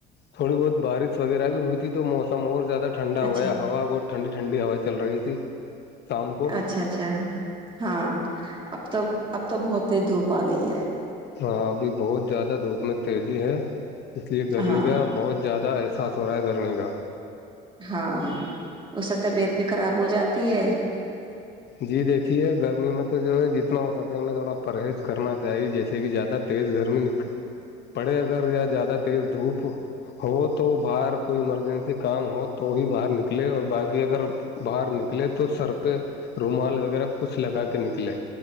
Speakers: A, on the left; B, on the right.
A: تھوڑی بہت بارش وغیرہ بھی ہوئی تھی تو موسم اور زیادہ ٹھنڈا
B: اچھا
A: ہویا ہوا بہت ٹھنڈی ٹھنڈی ہوا چل رہی تھی شام کو
B: اچھا اچھا ہاں اب تو اب تو بہت تیز دھوپ آ گئی ہے
A: ہاں ابھی بہت زیادہ دھوپ میں تیزی ہے اس لیے گرمی
B: ہاں
A: کا بہت زیادہ اساس ہو رہا ہے گرمی کا
B: ہاں اس سے طبیعت بھی خراب ہو جاتی ہے
A: جی دیکھیے گرمی میں تو جو ہے جتنا ہو سکے ہمیں تھوڑا پرہیز کرنا چاہیے جیسے کہ زیادہ تیز گرمی پڑے اگر یا زیادہ تیز دھوپ ہو تو باہر کوئی ایمرجنسی کام ہو تو ہی باہر نکلے اور باقی اگر باہر نکلے تو سر پہ رومال وغیرہ کچھ لگا کے نکلے